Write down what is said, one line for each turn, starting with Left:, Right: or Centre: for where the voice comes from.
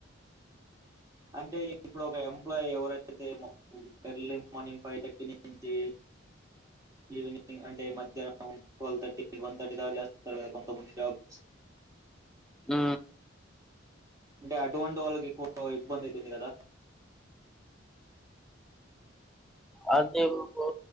Right: అంటే ఇప్పుడు ఒక ఎంప్లాయీ ఎవరైతే ఎర్లీ మార్నింగ్ ఫైవ్ థర్టీ నుంచి ఈవినింగ్ అంటే మధ్యాహ్నం ట్వెల్వ్ థర్టీ వన్ థర్టీ దాకా చేస్తారు కదా కొంతమంది జాబ్స్
Centre: ఆ
Right: అంటే అటువంటి వాళ్ళకి ఎక్కువ ఇబ్బంది అవుతుంది కదా
Centre: అదే బ్రో